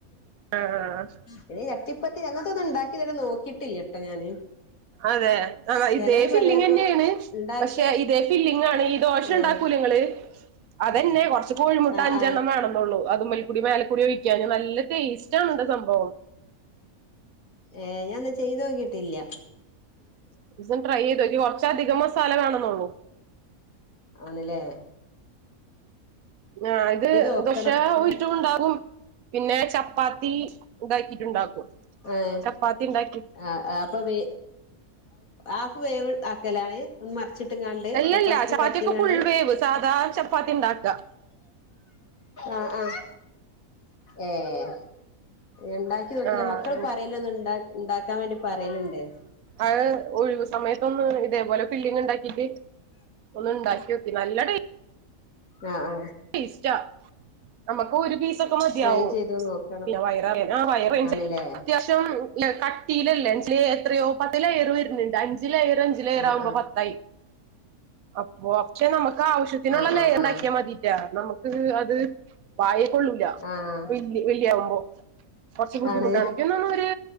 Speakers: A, on the right; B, on the left.
A: ആഹ്
B: പിന്നെ ചട്ടിപ്പത്തിരി അങ്ങനത്തെ ഒന്നും ഉണ്ടാക്കി തരാൻ നോക്കിട്ടില്ല ട്ടോ ഞാന്
A: അതെ അ
B: ചെലോര്
A: ഇതേ ഫില്ലിങന്നെണ്
B: പറയൊക്കെ ഉണ്ടാക്കിയ
A: പക്ഷെ ഇതേ ഫില്ലിങ് ആണ് ഈ ദോശ
B: ആഹ്
A: ഉണ്ടാക്കൂല്ലേ നിങ്ങള് അതന്നെ കുറച്ച് കോഴിമുട്ട
B: ആഹ്
A: അഞ്ചെണ്ണം
B: ആഹ്
A: വേണെന്നള്ളൂ അതുമ്മൽ കുടി മേലക്കുടി ഒഴിക്കാൻ നല്ല ടേസ്റ്റാണ ഇണ്ട് സംഭവം
B: ഏഹ് ഞാനാ ചെയ്ത് നോക്കിയിട്ടില്ല
A: ഒരുസം ട്രൈ ചെയ്തോക്കി കുറച്ച് അധികം മസാല വേണമെന്നുള്ളു
B: ആണ് ല്ലേ
A: ആഹ് ഇത്
B: നോക്കണം
A: ദശ
B: കൊറെ
A: ഉറ്റും ഉണ്ടാകും പിന്നെ ചപ്പാത്തി ഇതാക്കിട്ടുണ്ടാക്കും
B: ആഹ്
A: ചപ്പാത്തി ഇണ്ടാ
B: ആഹ് ഏഹ് അപ്പൊ വേ ഹാഫ് വേവ് ആക്കലാണ് ഒന്ന് മറിച്ചിട്ട് ക്കാണ്ട്
A: അല്ലല്ല
B: ചപ്പാത്തി
A: ചപ്പാത്തിയൊക്കെ
B: പരത്തിക്കാണ്ട്
A: ഫുൾ വേവ് സാധാ ചപ്പാത്തി ഉണ്ടാക്കുക
B: ആഹ് ആഹ് ഏഹ് ഇണ്ടാക്കി നോക്കില്ല
A: ആഹ്
B: മക്കള് പറയിലന്ന് ഇണ്ടാ ഉണ്ടാക്കാൻ വേണ്ടി പറയല്ണ്ട്
A: അഹ് ഒഴിവു സമയത്തൊന്ന് ഇതേപോലെ ഫില്ലിംഗ് ഇണ്ടാക്കി ക്ക് ഇണ്ടാക്കിയോക്കി നല്ല ടേ
B: ആഹ് ആഹ്
A: ടെസ്റ്റാ നമുക്ക് ഒരു പീസ് ഒക്കെ മതിയാവും
B: ട്രൈ ചെയ്ത് നോക്കണം
A: പിന്നെ വയറു
B: ആണ്ല്ലേ
A: <unintelligible> തും കട്ടിയിലല്ലേ എത്രയോ പത്ത് ലയർ വരുന്നുണ്ട് അഞ്ച് ലയർ അഞ്ച് ഞ്ച് ലയറാവുമ്പോ
B: ആ ആ
A: പത്തായി അപ്പൊ പക്ഷെ നമുക്ക് ആവശ്യത്തിനുള്ള
B: ആ
A: ലയർ
B: ആ
A: ആക്കിയാൽ മതി ഇല്ല നമുക്ക് അത് വായയിൽ കൊള്ളൂല
B: ആ ആ
A: വല്യ വല്യാവുമ്പോ കുറച്ച് ബുദ്ധിമുട്ടാണ്
B: ആണ്
A: എനിക്കുതോന്നുന്നു ഒരു